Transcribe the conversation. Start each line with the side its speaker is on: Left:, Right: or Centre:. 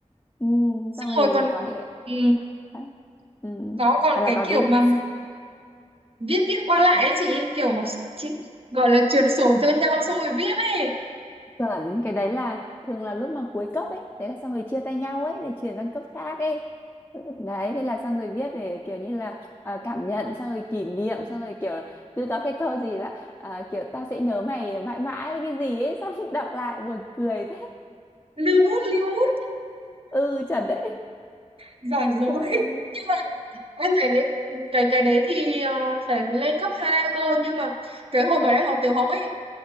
Left: ừ.
Right: xong
Left: xong rồi
Right: rồi còn
Left: có những cái
Right: ừ,
Left: hả? ừ.
Right: nó còn
Left: Hay
Right: cái
Left: là có
Right: kiểu
Left: cái
Right: mà viết viết qua lại ấy chị kiểu một- chị gọi là truyền sổ cho nhau xong rồi viết ấy
Left: Chuẩn, cái đấy là thường là lúc mà cuối cấp ấy, đấy là xong rồi chia tay nhau ấy để chuyển sang cấp khác ấy. Đấy, thế là xong rồi viết để kiểu như là à, cảm nhận, xong rồi kỷ niệm, xong rồi kiểu cứ có cái câu gì là à, kiểu tao sẽ nhớ mày mãi mãi với cái gì ấy, xong <laughs> đọc lại buồn cười thế.
Right: lưu bút lưu bút
Left: Ừ, chuẩn đấy.
Right: giỏi rồi
Left: Trời
Right: <laughs>
Left: ơi.
Right: nhưng mà em thấy cái cái đấy thì ờ, phải lên cấp 2 cơ nhưng mà cái hồi mà em học tiểu học ấy